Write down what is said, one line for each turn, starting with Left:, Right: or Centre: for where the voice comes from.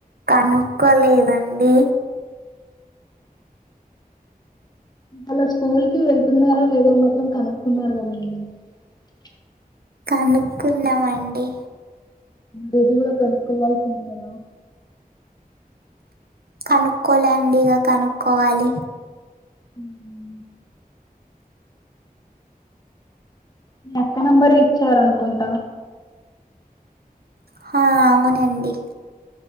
Right: కనుక్కోలేదండి
Left: అలా స్కూల్ కి వెళ్తున్నారో లేదో మాత్రం కనుక్కున్నారు <unintelligible>
Right: కనుక్కున్నామండి
Left: మరి ఇది గూడా కనుకోవాల్సింది గదా
Right: కనుక్కోలే అండి ఇగ కనుక్కోవాలి
Left: ఉమ్ మీ అక్క నెంబరే ఇచ్చారనుకుంటా
Right: హా అవునండి